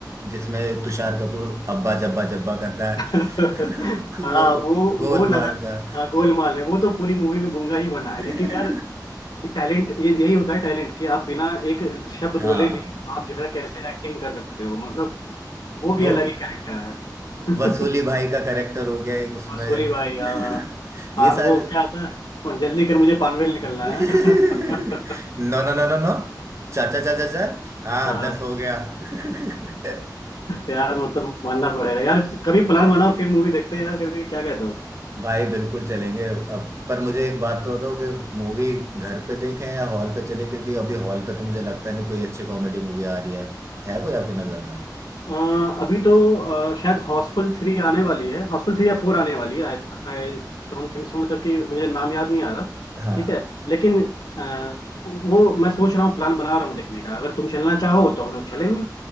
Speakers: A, on the right; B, on the left.
A: जिसमें तुषार कपूर अब्बा जब्बा जब्बा करता है
B: <laughs>
A: <laughs>
B: हाँ
A: वो
B: वो
A: गोलमाल
B: वो लगा
A: का
B: हाँ गोलमाल में वो तो पूरी मूवी में गूंगा ही बना है
A: <laughs>
B: लेकिन यार टैलेंट ये यही होता है टैलेंट कि आप बिना एक शब्द
A: हाँ
B: बोले भी आप जो है कैसे एक्टिंग कर सकते हो मतलब वो
A: वो
B: भी अलग ही कैरेक्टर है
A: वसूली
B: <laughs>
A: भाई का करेक्टर हो गया एक उसमें
B: मसूली भाई आ,
A: <laughs> ये
B: आ,
A: सारे
B: वो क्या आता है वो जल्दी कर मुझे पानवेल
A: <laughs>
B: निकलना
A: No
B: है <laughs>
A: no no no no चार चार चार चार चार हाँ
B: हाँ
A: दस हो गया <laughs>
B: यार मतलब मानना पड़ेगा यार कभी प्लान बनाओ फिर मूवी देखते हैं यार कभी क्या कहते हो
A: भाई बिल्कुल चलेंगे अब पर मुझे एक बात तो बताओ कि मूवी घर पे देखें या हॉल पे चले क्योंकि अभी हॉल पे तो मुझे लगता नहीं कोई अच्छी कॉमेडी मूवी आ रही है है कोई आपकी नजर में
B: अ, अभी तो अ, शायद हाउसफुल थ्री आने वाली है हाउसफुल थ्री या फोर आने वाली है आई डोंट थिंक सो मतलब कि मुझे नाम याद नहीं आ रहा ठीक
A: हाँ
B: है लेकिन अ, वो मैं सोच रहा हूँ प्लान बना रहा हूँ देखने का अगर तुम चलना चाहो तो हम लोग चलेंगे